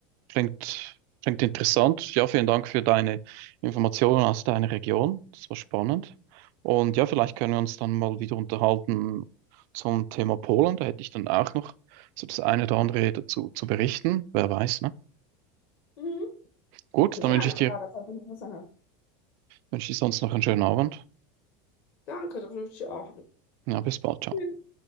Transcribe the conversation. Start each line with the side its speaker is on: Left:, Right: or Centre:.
Right: Klingt, klingt interessant. Ja, vielen Dank für deine Informationen aus deiner Region. Das war spannend. Und ja, vielleicht können wir uns dann mal wieder unterhalten zum Thema Polen. Da hätte ich dann auch noch so das eine oder andere dazu zu berichten. Wer weiß, ne?
Left: Mhm.
Right: Gut,
Left: Gerne,
Right: dann wünsche ich dir,
Left: ja, das hat mich interessant.
Right: wünsche ich dir sonst noch einen schönen Abend.
Left: Danke, da wünsche ich dir auch.
Right: Ja, bis bald.
Left: Tschüss.
Right: Ciao.